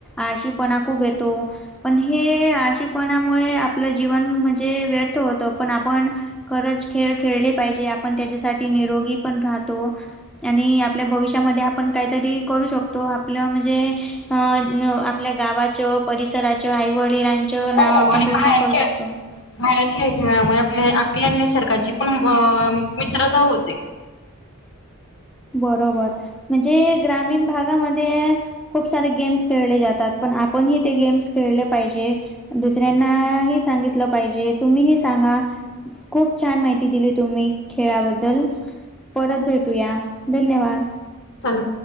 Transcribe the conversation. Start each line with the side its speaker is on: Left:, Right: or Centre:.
Centre: आळशीपणा खूप येतो. पण हे आळशी पणामुळे आपलं जीवन म्हणजे व्यर्थ होत पण आपण खरंच खेळ खेळले पाहिजे. पण त्याच्यासाठी निरोगी पण राहतो. आणि आपल्या भविष्यामध्ये आपण काहीतरी करू शकतो आपलं म्हणजे अ आपल्या गावाच परिसराच्या आई वडिलां च नाव
Left: हो
Centre: आपण
Left: आणि
Centre: रोशन
Left: बाहेर
Centre: करू
Left: खेळ
Centre: शकतो.
Left: बाहेर खेयमुळे आपल्या आपली आणि सरकाची पण मित्रता होते.
Centre: बरोबर म्हणजे ग्रामीण भागामध्ये खूप सारे गेम्स खेळले जातात पण आपणही ते गेम्स खेळले पाहिजे. दुसऱ्यांनाही सांगितलं पाहिजे तुम्ही सांगा. खूप छान माहिती दिली तुम्ही खेळाबद्दल परत भेटूया. धन्यवाद.
Left: चला.